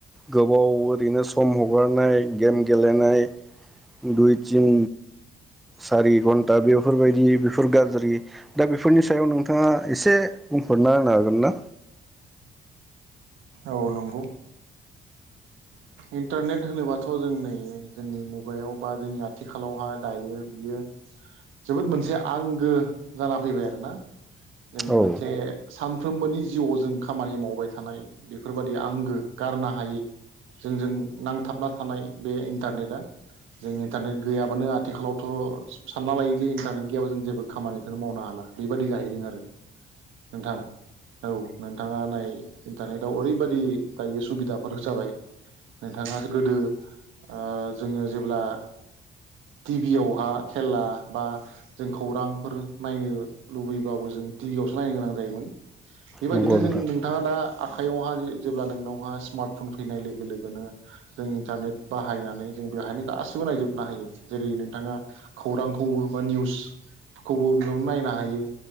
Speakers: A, in the centre; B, on the right.
A: गोबाव ओरैनो सम हगारनाय गेम गेलेनाय दुइ तिन सारि खन्था बेयाव बेफोरबायदि बेफोर गाज्रि दा बेफोरनि सायाव नोंथाङा एसे बुंफोर ना होनो हागोन ना
B: औ नंगौ इन्टारनेट होनोबाथ' जों नै जोंनि मुगायाव बा जोंनि आथिखालावहा दायो बियो जोबोद मोनसे आंगो जाना फैबाय आरोना जोंनि
A: औ
B: मोनसे साम फ्रोमबोनि जिउआव जों खामानि मावबाय थानाय बेफोरबायदि आंगो गारनो हायै जोंजों नांथाबना थानाय बे इन्टारनेटआ जों इन्टारनेट गैयाबानो आथिखालावथ' सानना लायो जे इन्टारनेट गैयाबा जों जेबो खामानिखौनो मावनो हाला बेबादि जाहैदों आरो नोंथां औ नोंथाङा नाय इन्टारनेटआव ओरैबदि दायो सुबिदाफोर जाबाय नोंथाङा गोदो आ जोङो जेब्ला टिभियावहा खेला बा जों खौरांफोर नायनो लुबैब्लाबो जों टिभियावसो नायनो गोनां जायोमोन बेबायदिनो
A: नंगौ नोंथां
B: जों नोंथाङा दा आखायावहा जेब्ला नोंनावहा स्मार्टफन फैनाय लोगो लोगोनो जों इन्टारनेट बाहायनानै जों बेवहायनो गासैबो नायजोबनो हायो जेरै नोंथाङा खौरांखौबो बा निउसखौबो बेयावनो नायनो हायो